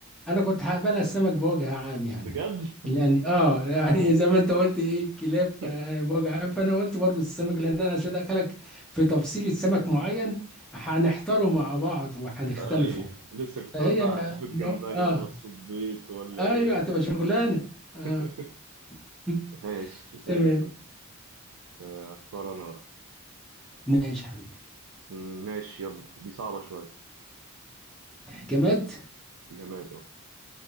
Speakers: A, in the centre; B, on the right.
A: انا كنت هقبلها السمك بوجه عام يعني
B: بجد
A: يعني اه يعني <laughs> زي ما انت قلت ايه الكلاب
B: <laughs>
A: ف- بوجه عام فانا قلت برضو السمك لان انا عشان ادخلك في تفصيلة سمك معين هنحتاره مع بعض وهنختلفه
B: ايوه لسه كنت
A: فهي
B: اقول بقى اشوف الجمبري
A: نوع- اه
B: ولا الصبيط ولا
A: ايوه
B: ايه
A: هتبقى شغلانه اه
B: <laughs>
A: <laughs>
B: ماشي زي
A: تمام
B: الفل آه، اختار انا بقى
A: ماشي يا حبيبي
B: مم، ماشي يلا دي صعبه شويه
A: جماد
B: جماد اه